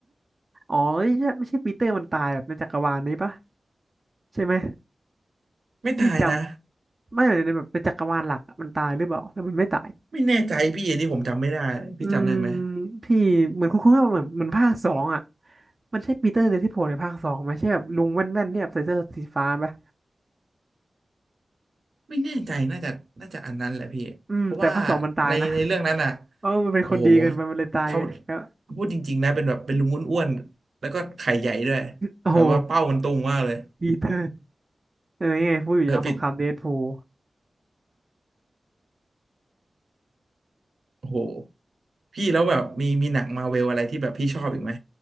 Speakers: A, on the right; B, on the right.
A: อ๋อไม่ใช่ไม่ใช่ปีเตอร์มันตายแบบในจักรวาลนี้ปะใช่ไหม
B: ไม่ตายนะ
A: ไม่จำไม่ในแบบในจักรวาลหลักอะมันตายหรือเปล่าแล้วมันไม่ตาย
B: ไม่แน่ใจพี่อันนี้ผมจำไม่ได้พี่จำได้ไหม
A: อืมพี่เหมือนคุ้นๆว่าเหมือนเหมือนภาคสองอ่ะมันใช่ปีเตอร์เดลที่โผล่ในภาคสองไหมใช่แบบลุงแว่นๆที่แบบใส่เสื้อสีฟ้าปะ
B: ไม่แน่ใจน่าจะน่าจะอันนั้นแหละพี่เพราะว่า
A: อืมแต่ภาคสองมันตายนะ
B: ในในเรื่องนั้นอ่ะ
A: เออมันเป็นคนดีเกินไปมันเลยตายไงก็
B: โอ้โหเท่าพูดจริงๆนะเป็นแบบเป็นลุงอ้วนๆแล้วก็ไข่ใหญ่ด้วย
A: โอ้โห
B: แบบว่าเป้ามันตุงมากเลย
A: ปีเตอร์เออยังไงพูดอยู่อย่างสงครามเดดพูล
B: เออปิดโอ้โหพี่แล้วแบบมีมีหนังมาเวลอะไรที่แบบพี่ชอบอีกไหม